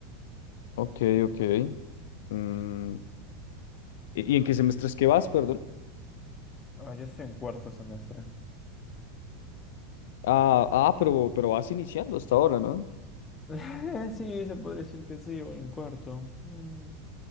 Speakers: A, on the left; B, on the left.
A: Ok, ok. Mm, ¿y, y en qué semestres que vas, perdón?
B: Ah, yo estoy en cuarto semestre.
A: Ah, ah, pero, pero vas iniciando hasta ahora, ¿no?
B: <laughs> Sí, se podría decir que sí, voy en cuarto. Mm.